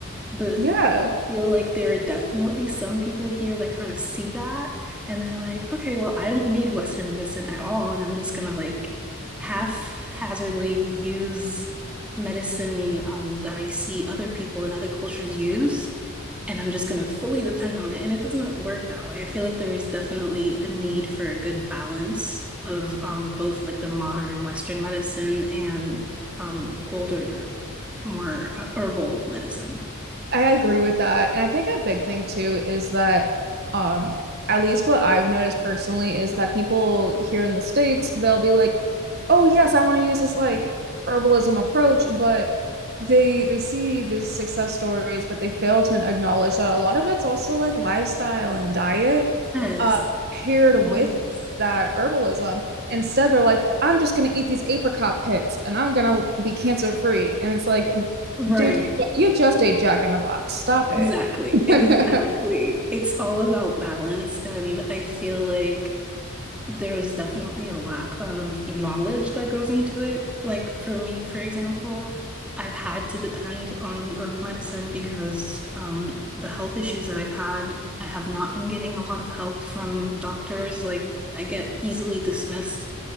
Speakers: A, in the centre; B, on the right.
A: But
B: Yeah.
A: feel like there are definitely some people here that kind of see that and they're like, okay, well, I don't need Western medicine at all, and I'm just gonna like haphazardly use medicine um, that I see other people in other cultures use, and I'm just gonna fully depend on it. And it doesn't work that way. I feel like there is definitely a need for a good balance of um, both like the modern Western medicine and um, older, more uh, herbal medicine.
B: I agree with that. And I think a big thing too is that um at least what I've noticed personally is that people here in the States, they'll be like, "Oh yes, I want to use this like herbalism approach," but they they see these success stories, but they fail to acknowledge that a lot of it's also like lifestyle and diet
A: Yes.
B: um paired
A: Yes.
B: with that herbalism. Instead, they're like, "I'm just going to eat these apricot pits and I'm going to be cancer free." And it's like,
A: Right.
B: Dude, you, you just ate Jack in the Box. Stop
A: Exactly.
B: it.
A: Exactly.
B: <laughs>
A: It's all about balance. And I feel like there's definitely a lack of knowledge that goes into it. Like for me, for example, I've had to depend on herbal medicine because um, the health issues that I've had, I have not been getting a lot of help from doctors. Like I get easily dismissed